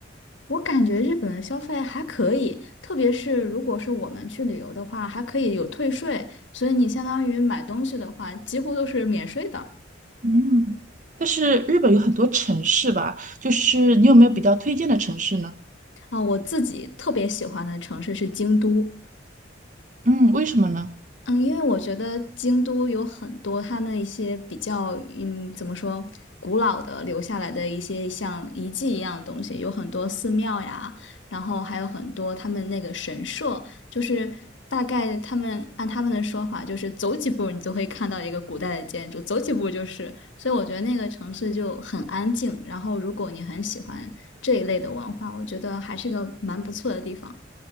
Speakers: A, on the left (about 75°); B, on the right (about 40°).
A: 我感觉日本的消费还可以，特别是如果是我们去旅游的话，还可以有退税，所以你相当于买东西的话，几乎都是免税的。
B: 嗯，但是日本有很多城市吧，就是你有没有比较推荐的城市呢？
A: 啊，我自己特别喜欢的城市是京都。
B: 嗯，为什么呢？
A: 嗯，因为我觉得京都有很多它那一些比较，嗯，怎么说，古老的留下来的一些像遗迹一样的东西，有很多寺庙呀，然后还有很多他们那个神社，就是大概他们按他们的说法，就是走几步你就会看到一个古代的建筑，走几步就是，所以我觉得那个城市就很安静。然后如果你很喜欢这一类的文化，我觉得还是个蛮不错的地方。